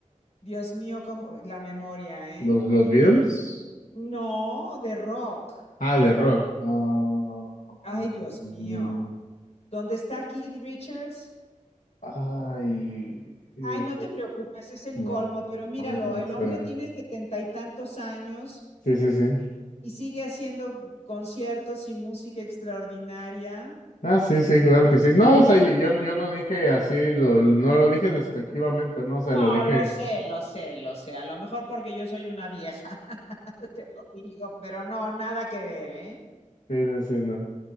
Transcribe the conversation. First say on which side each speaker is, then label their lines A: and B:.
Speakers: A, on the left (about 55°); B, on the left (about 75°).
A: Dios mío, cómo- la memoria,
B: los,
A: ¿eh?
B: los Beatles.
A: No, de rock.
B: Ah, de rock. Ah,
A: Ay,
B: mm,
A: Dios
B: mm,
A: mío.
B: mm.
A: ¿Dónde está Keith Richards?
B: ay, eh,
A: Ay, no te preocupes, es el
B: no,
A: colmo, pero míralo,
B: no me, no me
A: el
B: suena.
A: hombre tiene setenta y tantos años
B: Sí, sí, sí.
A: y sigue haciendo conciertos y música extraordinaria.
B: Ah, sí, sí, claro que sí. No, o sea, yo, yo yo no dije así, lo, lo- no lo dije despectivamente, no, o sea,
A: No,
B: lo dije.
A: lo sé, lo sé, lo sé. A lo mejor porque yo soy una vieja, <laughs> te lo digo, pero no, nada que ver, ¿eh?
B: Sí, sí, sí, no.